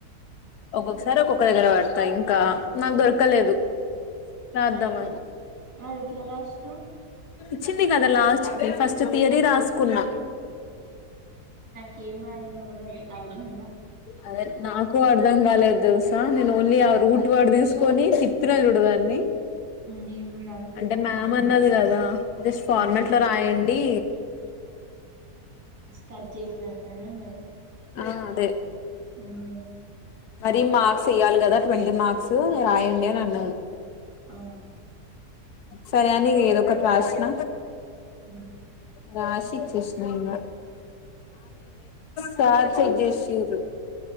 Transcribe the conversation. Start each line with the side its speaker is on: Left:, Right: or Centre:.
Left: ఒక్కొక్కసారి ఒక్కొ ఒక్క దగ్గర పడతా ఇంకా నాకు దొరకలేదు రాద్దామని
Right: మరెట్లు మరి ఎట్ల మరి ఎట్లా రాసినవ్
Left: ఇచ్చింది కదా లాస్ట్ కి ఫస్ట్ థయరీ రాసుకున్నా
Right: కేం రాయలో కూడా అర్ధం
Left: అదే నాకు అర్ధం కాలేదు తెలుస నేను ఓన్లీ ఆ రూట్ వాడు తీసుకొని తిప్పినా చూడదాన్ని
Right: నేను కూడా అంతే
Left: అంటే
Right: తిప్పిన
Left: మ్యామ్ అన్నది కదా జస్ట్ ఫార్మాట్
Right: ఉమ్,
Left: లో రాయండి
Right: కట్ చేసినట్లనేన్నది
Left: ఆ అదే
Right: హ్మ్మ్ <inaudible>
Left: దీని మార్క్స్ వెయాలి కదా ట్వంటీ మార్క్స్ రాయండి అని అ
Right: ఆ
Left: సరే అని ఇంగేదోకటి రాసిన
Right: <inaudible>
Left: రాశీ ఇచ్చేసిన ఇంకా సార్ చెక్ చేసిర్రూ